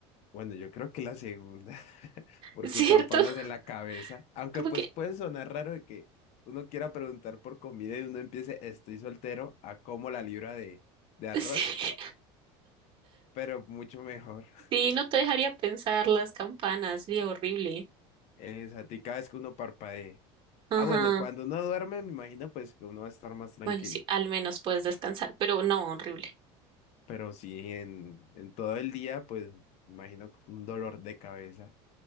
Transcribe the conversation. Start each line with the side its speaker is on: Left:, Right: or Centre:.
Left: Bueno, yo creo que la segunda, <laughs> porque
Right: ¿Cierto?
Left: campanas
Right: <laughs>
Left: en la cabeza, aunque
Right: Como
Left: pues
Right: que
Left: puede sonar raro de que uno quiera preguntar por comida y uno empiece estoy soltero a como la libra de, de arroz,
Right: <laughs> sí.
Left: pero mucho mejor. <laughs>
Right: Sí, no te dejaría pensar las campanas. Sería horrible.
Left: Es a ti cada vez que uno parpadee.
Right: Ajá.
Left: Ah, bueno, cuando uno duerme, me imagino pues que uno va a estar más tranquilo,
Right: Bueno, sí, al menos puedes descansar, pero no, horrible.
Left: pero sí en, en todo el día, pues me imagino un dolor de cabeza.